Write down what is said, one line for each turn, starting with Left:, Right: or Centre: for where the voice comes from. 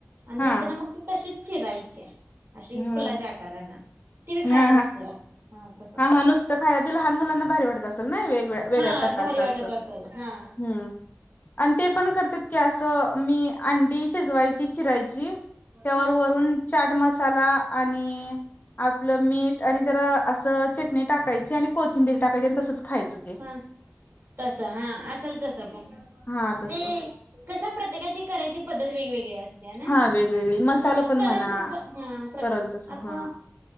Right: आणि
Left: हा
Right: नंतर मग ते तसेच चिरायचे अशी
Left: हा
Right: फुलाच्या आकार ना ती बी खायला
Left: हा
Right: मस्त तसा
Left: हा हा नुसत खाला ते लहान मुलांना भारी वाटत असेल ना वेग वगळ्या वेगळ्या
Right: हा
Left: प्रकारच
Right: भारी वाटत
Left: अस हम्म
Right: असेल हा
Left: आणि ते पण करतात की अस मी अंडी शिजवायची चिरायची त्यावर
Right: हा
Left: वरून चाट मसाला आणि आपलं मीठ आणि जरा असं चटणी टाकायची आणि कोथिंबीर टाकायची आणि तसंच खायचं ते
Right: हा तस हा असेल तस पण
Left: हा तस
Right: ते कस प्रत्येकाची करायची पद्धत वेगवेगळी ना
Left: हा वेगवेगळी मसाला
Right: अ
Left: पण
Right: करेल
Left: म्हणा
Right: तस हा प्रकार
Left: करल तस
Right: आता
Left: हा